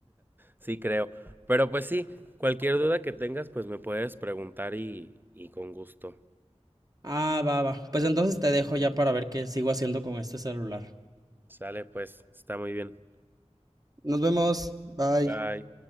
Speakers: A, on the right; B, on the right.
A: Sí, creo. Pero pues sí, cualquier duda que tengas, pues me puedes preguntar y, y con gusto.
B: Ah, va, va. Pues entonces te dejo ya para ver qué sigo haciendo con este celular.
A: Sale, pues, está muy bien.
B: Nos vemos. Bye.
A: Bye.